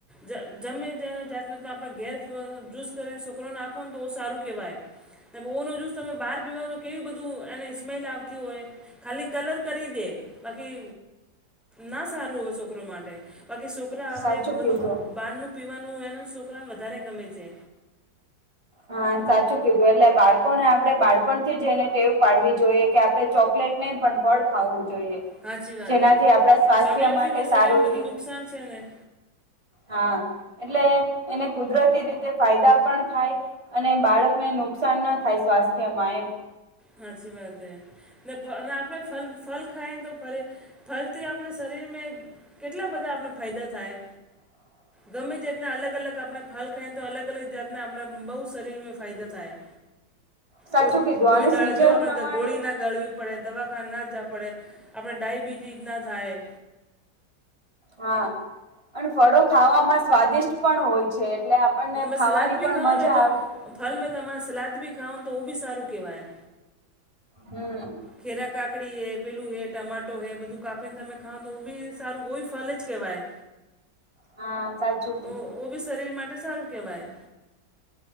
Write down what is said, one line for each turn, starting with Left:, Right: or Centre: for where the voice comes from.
Centre: જ જમે જ જાતનો આપણે ઘેર જૂસ કરીને સોકરાને આપો ને તો ઓ સારું કહેવાય. પોઓનો જૂસ તમે બહાર પીવાનો કેવી બધું એને સ્મેલ આવતી હોય ખાલી કલર કરી દે. બાકી ના સારું હોય સોકરો માટે. બાકી સોકરા હવે
Right: સાચું
Centre: બધું
Right: કીધું.
Centre: બારનું પીવાનું એના સોકરાને વધારે ગમે છે.
Right: હા સાચું કીધું. એટલે બાળકોને આપણે બાળપણથી જ એને ટેવ પાડવી જોઈએ કે આપણે ચોકલેટ નહીં પણ ફળ ખાવું જોઈએ.
Centre: હાચી વાત
Right: જેનાથી
Centre: હે
Right: આપણા સ્વાસ્થ્ય
Centre: ચોકલેટથી
Right: માટે
Centre: બી શરીરમાં
Right: સારું
Centre: બધું
Right: રે.
Centre: નુકસાન સે ને?
Right: હા એટલે એને કુદરતી રીતે ફાયદા પણ થાય. અને બાળકને નુકસાન ના થાય સ્વાસ્થ્યમાં એમ.
Centre: હાચી વાત હૈ. ને અને આપણે ફ ફલ ખાયને તો ફરી ફલથી આપણે શરીર મે કેટલા બધા આપણે ફાયદા થાય
Right: <inaudible>
Centre: ગમે જાતના અલગ અલગ આપણે ફલ ખાઈએ ને તો અલગ અલગ જાતના આપના બહુ શરીરમે ફાયદા થાય.
Right: સાચું
Centre: કોઈ
Right: કીધું.
Centre: કોઈ
Right: અને
Centre: દાડે
Right: સીઝન
Centre: જો આપણે
Right: પ્રમાણે
Centre: ગોળી ના ગાળવી. પડે, દવાખાન ના જાવા પડે, આપણે ડાયબિટીસ ના થાય.
Right: હા અને ફળો ખાવામાં સ્વાદિષ્ટ પણ હોય છે. એટલે આપણને
Centre: તમે
Right: ખાવાની
Centre: સલાદ બી
Right: પણ
Centre: ખાઓ
Right: મજા
Centre: ને તો
Right: આવે.
Centre: ફલ મે તો મા સલાદ બ ખાવા તો ઓ સારું કહેવાય.
Right: હમ.
Centre: ખેરા કાકડી હે પેલું હે ટમાટો હે બધું કાપીને તમે ખા તો એ બી સારું કોઈ ફલ જ કહેવાય.
Right: હા સાચું કીધું.
Centre: તો ઓ બી શરીર માટે સારું કહેવાય.